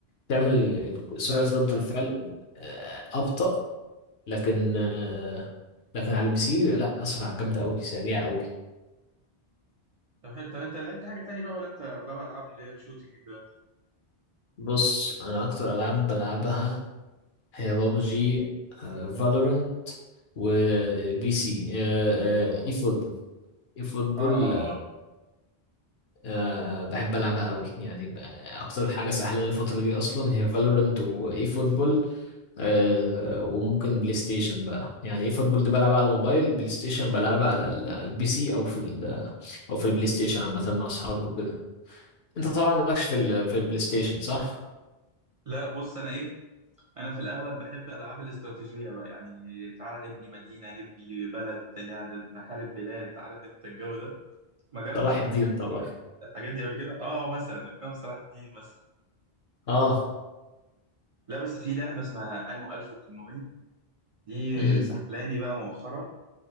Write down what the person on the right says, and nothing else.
فاهمك
طب حلو طب انت لعبت حاجه تاني بقى ولا انت اغلبها العاب اللي هي الشوتينج كده
اه اه
لا بص انا ايه انا في الاغلب بحب الالعاب الاستراتيجيه بقى يعني تعالى نبني مدينه نبني بلد يعني نحارب بلاد عارف انت الجو ده ما جربتش
انت
حاجه من
ال- الحاجات دي قبل كده اه مثلا الافلام صلاح الدين مثلا
لا بس في لعبه اسمها انو 1800 دي
سحلاني بقى مؤخرا